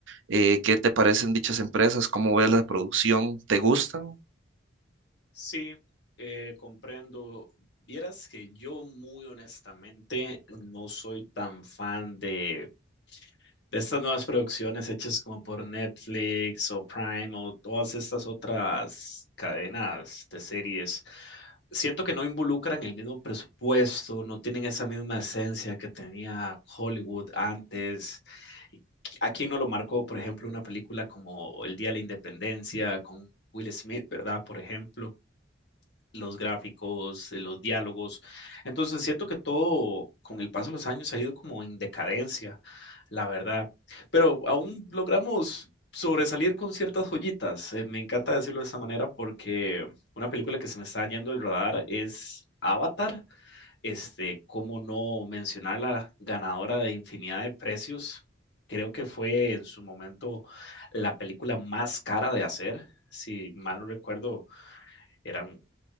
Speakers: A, on the right (about 80°); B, on the left (about 60°).
A: Eh, ¿qué te parecen dichas empresas? ¿Cómo ves la producción? ¿Te gustan?
B: Sí, eh, comprendo. Vieras que yo muy honestamente no soy tan fan de, de estas nuevas producciones hechas como por Netflix o Prime o todas estas otras cadenas de series. Siento que no involucran el mismo presupuesto, no tienen esa misma esencia que tenía Hollywood antes. ¿A quién no lo marcó, por ejemplo, una película como El Día de la Independencia con Will Smith, ¿verdad? Por ejemplo los gráficos, eh, los diálogos. Entonces siento que todo con el paso de los años ha ido como en decadencia, la verdad. Pero aún logramos sobresalir con ciertas joyitas. Eh, me encanta decirlo de esta manera porque una película que se me está yendo el radar es Avatar. Este, cómo no mencionar la ganadora de infinidad de precios. Creo que fue en su momento la película más cara de hacer. Si mal no recuerdo, eran